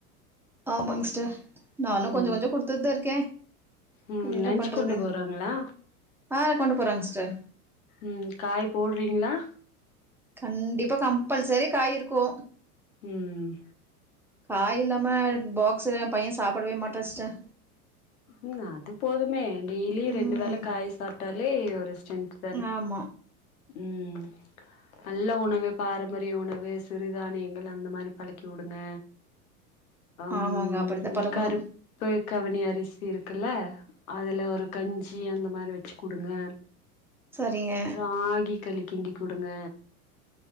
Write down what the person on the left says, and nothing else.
ம்
ம்
லன்ச்
கொண்டு போறாங்களா
ம் காய் போடுறீங்ளா
ம்
ம் அது போதுமே டெய்லி
ரெண்டு வேள காய் சாப்பிட்டாலே ஒரு ஸ ஸ்ட்ரென்த்ட
ம் நல்ல உணவு பாரம்பரிய உணவு சிறுதானியங்கள் அந்த மாதிரி பழக்கி விடுங்க ம்
கருப் பு கவுனி அரிசி இருக்குல்ல அதுல ஒரு கஞ்சி அந்த மாரி வச்சு குடுங்க
ராகி கழிக் கிண்டி குடுங்க